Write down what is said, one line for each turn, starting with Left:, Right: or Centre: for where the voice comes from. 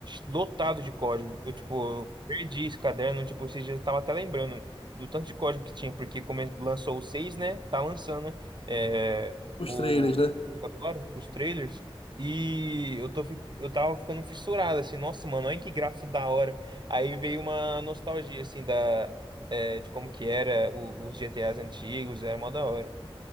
Right: lotado de código. Eu, tipo, eu perdi esse caderno. Tipo, esses dias eu tava até lembrando do tanto de código que tinha. Porque come... lançou o 6 né? Tá lançando eh,
Left: os
Right: o...
Left: trailers, né?
Right: agora os trailers. E eu tô, fi- eu tava ficando fissurado, assim. Nossa, mano, olha que gráfico da hora. Aí veio uma nostalgia, assim, da é, de como que era o- os GTAs antigos, era mó da hora.